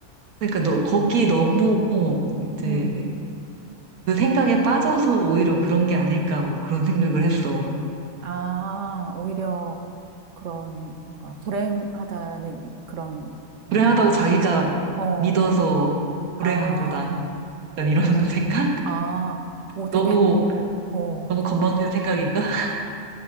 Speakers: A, on the right (about 85°); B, on the right (about 65°).
A: 그러니까 너, 거기에 너무 이제
B: 음.
A: 그 생각에 빠져서 오히려 그런 게 아닐까 뭐 그런 생각을 했어.
B: 아, 오히려 그런 뭔가 불행하다는 이- 그런 뭔가,
A: 불행하다고 자기가
B: 어,
A: 믿어서
B: 아,
A: 불행한 거다. 약간 이런 <laughs> 생각?
B: 아, 오, 되게,
A: 너무,
B: 어,
A: 너무 건방진 생각인가? <laughs>